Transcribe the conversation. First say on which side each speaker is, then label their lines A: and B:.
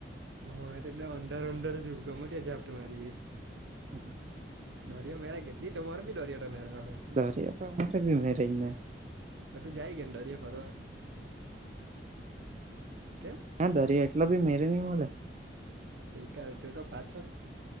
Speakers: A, on the right (about 85°); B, on the right (about 40°).
A: હ તો એકદમ અંધારૂ અંધારૂ જેવું ગમે ત્યારે ઝાપટું મારી જાય.
B: હમ હા.
A: દરિયો મેરે કે તમારે બી દોરિયો તો મેરે અહે.
B: દરિયો તો અમારે બી મેરેજ ને.
A: હ તો જાય કેની દરીયે ફરવા? કેમ
B: હ દરિયો એટલો બી મેરે નહી મલે.
A: તે કા તેતો પાછો,